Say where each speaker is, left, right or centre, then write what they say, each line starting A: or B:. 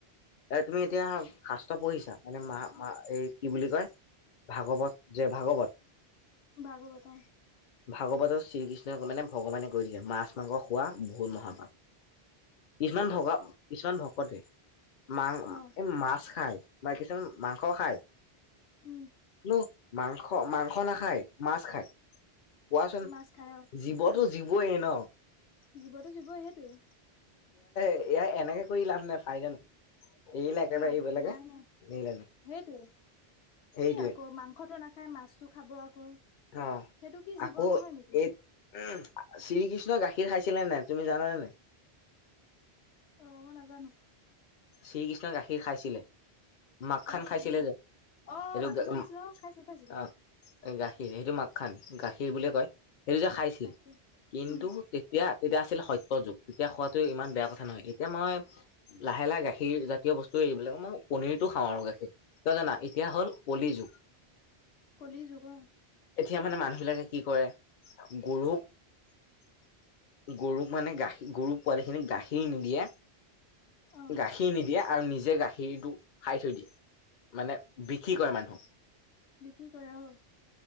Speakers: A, on the left; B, on the left.
A: এ, তুমি এতিয়া শাস্ত্ৰ পঢ়িছা মানে, মা-মা এই কি বুলি কয় ভাগৱত যে ভাগৱত
B: ভাগৱত অ'।
A: ভাগৱতত শ্ৰীকৃষ্ণই মানে, ভগৱানে কৈ দিছে মাছ মাংস খোৱা ভূল মহাপাপ। কিছুমান ভকত কিছুমান ভকতে মাং
B: অ অ',
A: এই মাছ খায়, বা কিছুমান মাংস খায়
B: উম,
A: ন মাংস মাস মাংস নাখায় মাছ খায়, কোৱাচোন
B: মাছ খাই অ
A: জীৱতো জীৱয়েই ন।
B: জীৱতো জীৱই সেইটোৱেই।
A: এইয়া এনেকে কৰি লাভ নাই, ফাইদা নাই। এৰিলে একেবাৰে
B: না,
A: এৰিব লাগে।
B: নাই নাই,
A: এৰিলে নাই
B: সেইটোৱেই।
A: সেইটোৱে
B: কি আকৌ, মাংসটো নাখায় মাছতো খাব। আকৌ
A: অ',
B: সেইটো কি জীৱ
A: আকৌ
B: নহয় নেকি
A: এই উহ শ্ৰীকৃষ্ণই গাখীৰ খাইছিলে নে নাই? তুমি জানানে নাই?
B: অ মই নাজানো।
A: শ্ৰীকৃষ্ণই গাখীৰ খাইছিলে, মাকখান
B: খাইছিলো
A: খাইছিলে যে,
B: অ অ
A: এইটো
B: মাখন
A: অ',
B: খাইছিলা খাইছিলো খাইছিলো
A: গাখীৰ, সেইটো মাক খান গাখীৰ বুলিয়েই কয়, সেইটো যে খাইছিল,
B: তাকে
A: কিন্তু
B: উম
A: তেতিয়া, তেতিয়া আছিল সত্য যুগ। তেতিয়া খোৱাতো ইমান বেয়া কথা নহয়, এতিয়া মই লাহে লাহে গা গাখীৰ জাতীয় বস্তু এইবিলাক মই পনীৰটো খাওঁ আৰু গাখীৰ, কিয় জানা? এতিয়া হ'ল কলি যুগ।
B: কলি যুগ অহ।
A: এতিয়া মানে মানুহবিলাকে কি কৰে? গৰুক গৰুক মানে গাখীৰ, গৰু পোৱালিখিনিক গাখীৰ নিদিয়ে।
B: অ',
A: গাখীৰ নিদিয়ে আৰু নিজে গাখীৰ খিৰটো খাই থৈ দিয়ে, মানে বিক্ৰী কৰে মানুহক।
B: বিক্ৰী কৰে অহ।